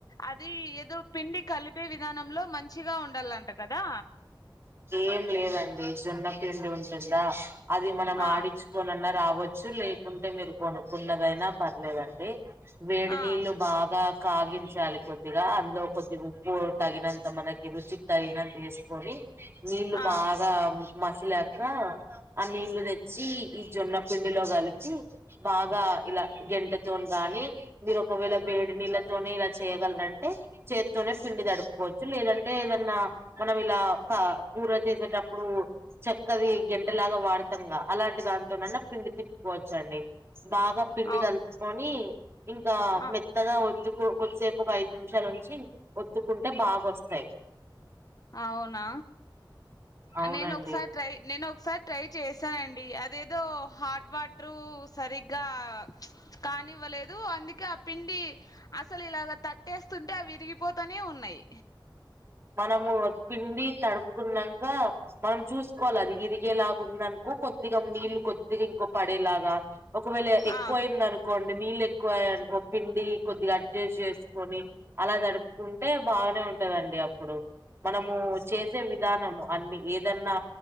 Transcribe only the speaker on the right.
ఏం లేదండి జొన్న పిండి ఉంటుందా అది మనం
ఆడిచ్చు కోనన్నా రావచ్చు, లేకుంటే మీరు కొనుక్కున్నదైనా పర్లేదండి. వేడినీళ్లు
బాగా కాగించాలి కొద్దిగా అందులో కొద్ది ఉప్పు తగినంత మనకి రుచికి తగినంత ఏసుకొని నీళ్లు
బాగా మసిలాకా ఆ నీళ్లు తెచ్చీ ఈ జొన్న పిండిలో కలిపి బాగా ఇలా గెంటేతోన్ గానీ మీరు ఒకవేళ వేడినీల్ల తోనే ఇలా చేయగలరంటే చేత్తోనే పిండి తడుపుకోవచ్చు లేదంటే ఏదన్నా మనం ఇలా కా కూర చేసేటప్పుడూ చక్కదీ గెంటెలాగా వాడ్తంగా అలాంటి దాంతోనన్నా పిండి తిప్పుకోచ్చండి బాగా పిండి
గల్పుకోని ఇంకా
మెత్తగా వొత్తు కో కొద్సేపు ఒక ఐదు నిమ్షాలు ఉంచి ఒత్తుకుంటే బాగొస్తయ్
అవునండి
మనమూ పిండీ తడుపుకున్నంకా మనం చూస్కోల్ల అది ఇరిగేలాగుందన్ కు కొద్దిగం నీళ్లు కొద్దిగా ఇంకో పడేలాగా ఒకవేళ ఎక్కువ
అయింది అనుకో కొన్ని నీళ్ళు ఎక్వ ఆయయికో పిండీ కొద్దిగా అడ్జస్ట్ జెస్కొని అలా దడుప్కుంటే బాగానే ఉంటదండి అప్ మనమూ చేసే విధానము అన్ని ఏదన్నా